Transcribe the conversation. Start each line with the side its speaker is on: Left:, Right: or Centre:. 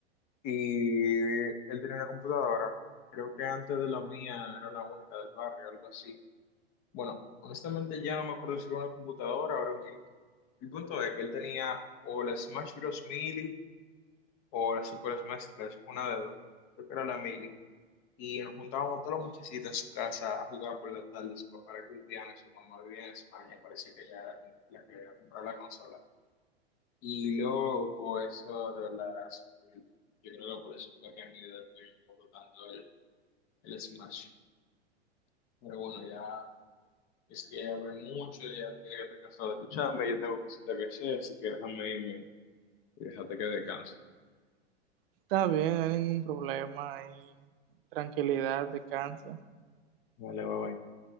Left: y él tenía una computadora. Creo que antes de la mía era la única del barrio, algo así. Bueno, honestamente ya no me acuerdo si era una computadora o era un GameCube. El punto es que él tenía o la Smash Bros. Melee o la Super Smash Bros. una de dos. Creo que era la Melee. Y nos juntábamos todos los muchachitos en su casa a jugar por la tarde. Su papá era cristiano y su mamá vivía en España y parece que ella era la que iba a comprar la consola. Y luego eso de verdad era súper divertido. Yo creo que por eso fue que en mi vida tuve un poco tanto el, el Smash. Pero bueno, ya Es que abre mucho, ya mira que te cansado de escucharme, yo tengo cositas que hacer, así que déjame irme y déjate que descanse.
Right: Está bien, no hay ningún problema y tranquilidad, descansa.
Left: Vale, bye bye.